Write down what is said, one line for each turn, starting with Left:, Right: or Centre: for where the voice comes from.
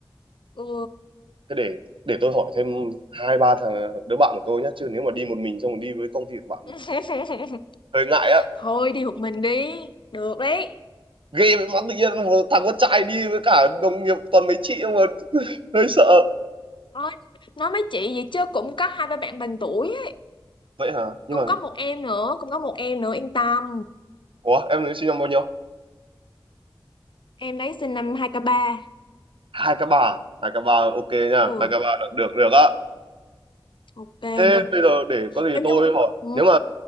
Left: ừ
Right: Thế để để tôi hỏi thêm hai ba thằng đứa bạn của tôi nhé chứ nếu mà đi một mình xong rồi đi với công ty của bạn
Left: <laughs>
Right: hơi ngại á
Left: thôi đi một mình đi được đấy
Right: ghê với mắt tự nhiên một thằng con trai đi với cả đồng nghiệp toàn mấy chị mà <laughs> hơi sợ
Left: Ôi, nói mấy chị vậy chứ cũng có hai ba bạn bằng tuổi á.
Right: vậy hả nhưng
Left: cũng
Right: mà
Left: có một em nữa cũng có một em nữa yên tâm
Right: ủa em nói sinh năm bao nhiêu
Left: em đấy sinh năm hai k ba
Right: hai k bà, hai k bà, ok nha
Left: ừ
Right: hai k ba được được được á
Left: ok
Right: thế
Left: nhỉ
Right: bây giờ để có gì
Left: Thế
Right: tôi
Left: nhưng
Right: hỏi
Left: ừ.
Right: nếu mà